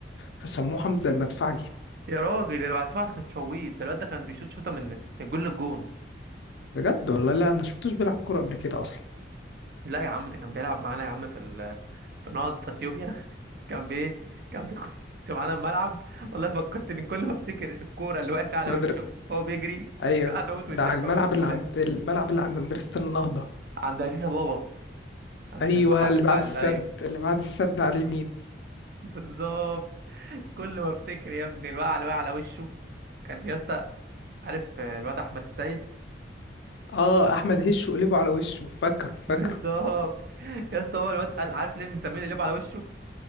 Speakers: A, on the left (about 70°); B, on the right (about 55°).
A: فسموه حمزه المدفعجي
B: يا راجل انا سمعت كان شويت ده الواد ده كان بيشوط شوطه من من جون للجون
A: بجد والله لا انا ما شفتوش بيلعب كوره قبل كده اصلا
B: لا يا عم ده كان بيلعب معانا يا عم في ال... في نهضة اثيوبيا <laughs> كان بي كان بيخش معانا الملعب والله فكرتني كل ما افتكر الكوره اللي واقفه على
A: مدر...
B: وشه وهو بيجري
A: ايوه
B: <laughs> هتموت
A: ده
B: من الضحك
A: على الملعب
B: اقسم بالله
A: اللي عند الملعب اللي عند مدرسه النهضه
B: عند اديس ابابا عند
A: ايوه
B: المحل
A: اللي
B: بتاع
A: بعد
B: ال-
A: السد
B: ايوه
A: اللي بعد السد على اليمين
B: <laughs> بالظبط كل ما افتكر يا ابني الوقعه اللي وقع على وشه كان يا اسطى عارف الواد احمد السيد
A: اه احمد هش وقلبه على وشه فاكره
B: <laughs>
A: فاكره
B: بالظبط يا اسطى هو الواد قال عارف ليه مسمينه قلبه على وشه